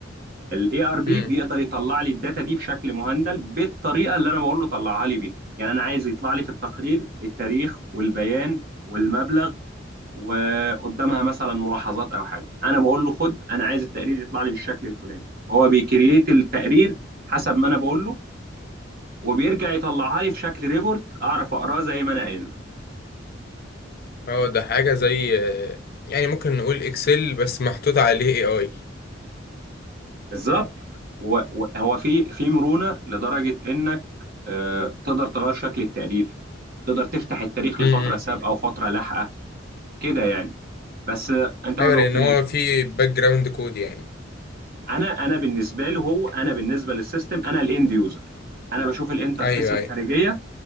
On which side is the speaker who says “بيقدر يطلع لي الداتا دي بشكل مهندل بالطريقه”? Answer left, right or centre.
Right